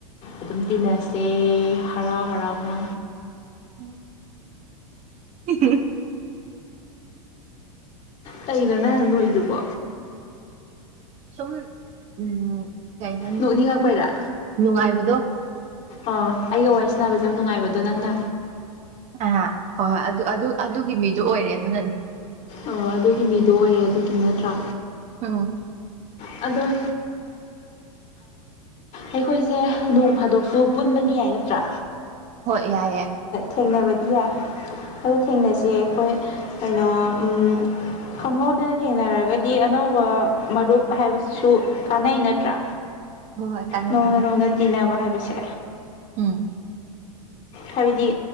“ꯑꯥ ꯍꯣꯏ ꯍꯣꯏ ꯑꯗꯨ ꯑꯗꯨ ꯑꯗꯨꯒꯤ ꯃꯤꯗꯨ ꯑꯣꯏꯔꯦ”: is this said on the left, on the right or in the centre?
Right